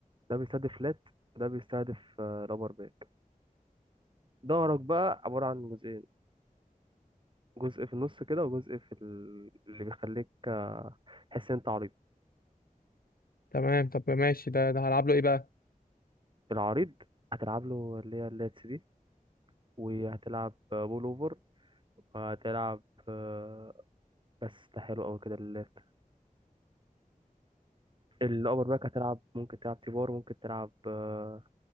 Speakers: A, on the right (about 35°); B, on the left (about 85°).
A: ده بيستهدف لات وده بيستهدف آه، رابر باك ظهرك بقى عبارة عن جزئين جزء في النص كده وجزء في ال- اللي بيخليك آه، تحس ان انت عريض
B: تمام طب ماشي ده ده هلعب له ايه بقى
A: العريض هتلعب له اللي هي اللاتس دي وهتلعب آه، بول اوفر وهتلعب آه، بس ده حلو قوي كده اللات الابر باك هتلعب ممكن تلعب تيبار ممكن تلعب آه،